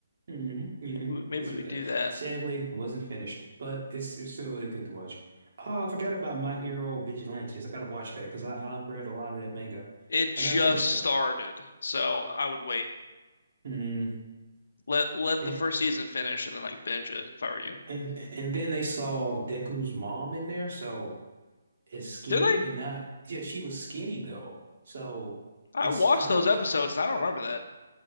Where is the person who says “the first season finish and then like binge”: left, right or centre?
Left